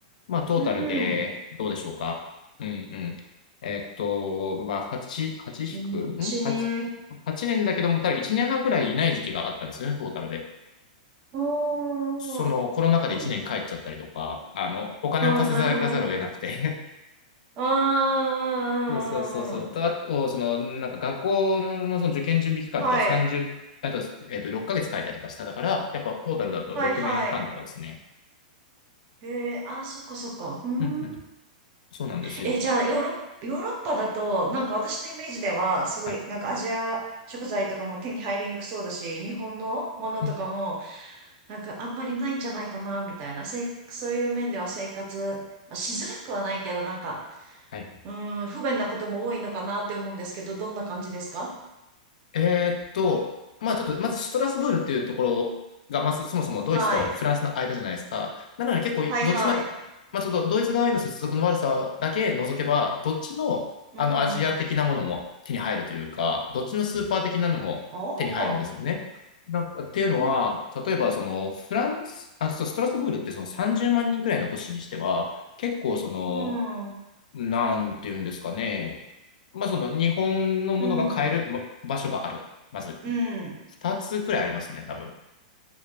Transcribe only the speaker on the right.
うん。
うんちね。
あーうん。
う
ーん、なるほど。あ
あ
ーはい。
はいはい。へえ、あ、そっかそっか。うーん。
え、じゃあ、ヨーロッ、ヨーロッパだと、なんか私のイメージでは、すごい、
なんかアジア食材とかも手に入りにくそうだし、日本のものとかも、
なんかあんまりないんじゃないかな、みたいな。せ、そういう面では生活、まあ、しづらくはないけど、なんか、
うーん、不便なことも多いのかなって思うんですけど、どんな感じですか
はい。
はいはい。
うん。
おー。
うん。
うん。う
ん。
うん。